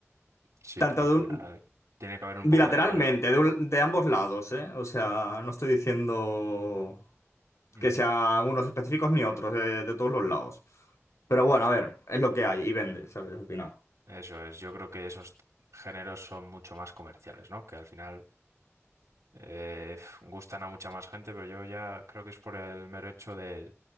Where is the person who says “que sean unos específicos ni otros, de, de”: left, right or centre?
Left